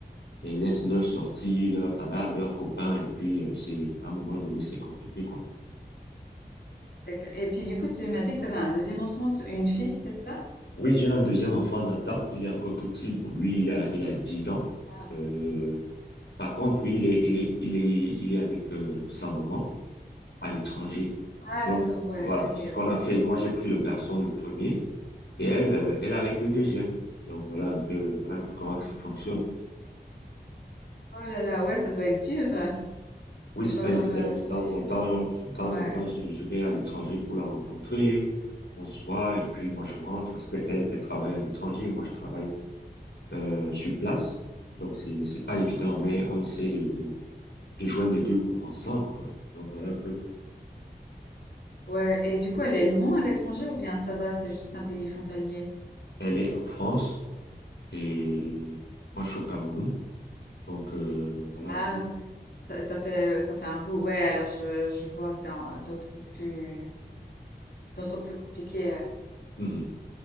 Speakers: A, on the left; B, on the left.
A: et laissent leurs sorties, leurs balades, leurs copains. Et puis, euh, c'est, à un moment donné, c'est compliqué, quoi.
B: C'est clair. Et puis du coup, tu m'as dit que tu avais un deuxième enfant, t- une fille, c'est ça?
A: Oui, j'ai un deuxième enfant, Nathan. Il est encore tout petit. Bon, Lui, il a, il a 10 ans.
B: Ah,
A: Euh, par contre, lui, il est, il est, il est, il est avec euh, sa maman à l'étranger.
B: Ah,
A: Donc,
B: d'accord, ouais,
A: voilà,
B: ok,
A: ce qu'on
B: ok.
A: a fait, moi, j'ai pris le garçon, le premier, et elle, euh, elle est avec le deuxième. Donc, voilà un peu, voilà un peu comment que ça fonctionne.
B: Oh là là, ouais, ça doit être dur euh,
A: Oui,
B: de
A: c'est
B: pas
A: pas
B: avoir
A: évident.
B: euh, son
A: De temps
B: fils.
A: en temps, de temps
B: Ouais.
A: en temps, je, je vais à l'étranger pour la rencontrer. On se voit et puis moi je rentre parce qu'elle, elle elle travaille à l'étranger, moi je travaille euh, sur place. Donc c'est c'est pas évident,
B: Mhm.
A: mais on essaye de, de, de joindre les deux bouts ensemble, quoi. Donc voilà un peu.
B: Ouais, et du coup, elle est loin à l'étranger ou bien ça va, c'est juste un pays frontalier?
A: Elle est en France et moi je suis au Cameroun. Donc euh, voilà
B: Ah,
A: un peu.
B: ça, ça fait, ça fait un bout. Ouais, alors je, je vois, c'est un- d'autant plus, d'autant plus compliqué. euh,
A: Mhm.